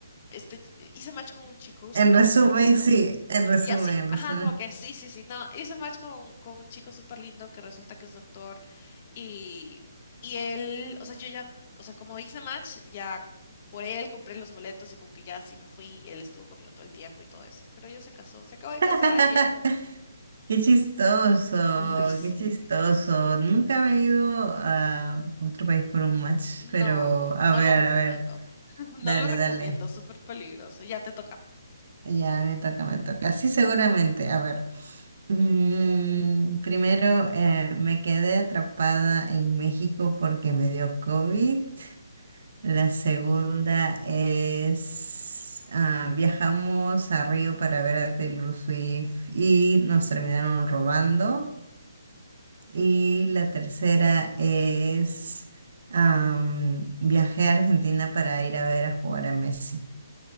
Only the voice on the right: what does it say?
En resumen,
sí, en resumen,
en
resumen.
<laughs>
Qué chistoso,
qué chistoso. Nunca me he ido a otro país por un match,
pero a
ver,
a ver,
dale,
dale.
Ya, me toca, me toca. Sí, seguramente. A ver. Mm,
primero, eh, me quedé atrapada en México porque me dio COVID. La segunda es, ah, viajamos a Río para ver a Taylor Swift y nos terminaron robando. Y la tercera
es, am, viajé a Argentina para ir a ver a jugar a Messi.